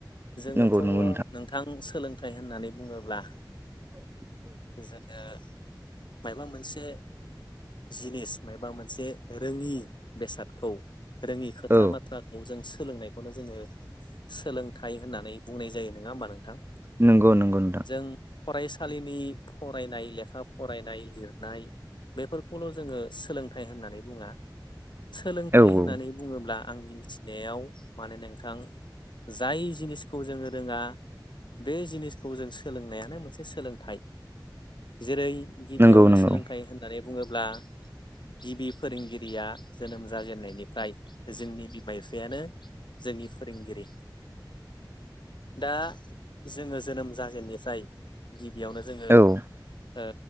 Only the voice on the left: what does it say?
जोङोथ'
नोंथां सोलोंथाइ होननानै बुङोब्ला
जोङो मायबा मोनसे जिनिस मायबा मोनसे रोङि बेसादखौ रोङि खोथा
बाथ्राखौ जों सो लोंनायखौनो जोङो सोलोंथाइ होननानै बुंनाय जायो नङा होमबा नोंथां।
जों फरायसालिनि। फरायनाय, लेखा फरायनाय, लिरनाय बेफोरखौल' जोङो सोलों। होननानै बुङा सोलोंथाइ
होननानै
बुङोब्ला। आंनि मिथिनायाव माने नोंथां जाय जिनिसखौ जोङो रोङा। बे जिनिसखौ जों सोलोंनायानो मोनसे सोलोंथाइ। जेरै-गिबियावनो
सोलोंथाइ होननानै बुङोब्ला। गिबि फोरोंगिरिया जोनोम जाजेननायनिफ्राय जोंनि बिमा-बिफायानो। जोंनि फोरोंगिरि। दा जोङो जोनोम जाजेननिफ्राय गिबियावनो जोङो।
ओ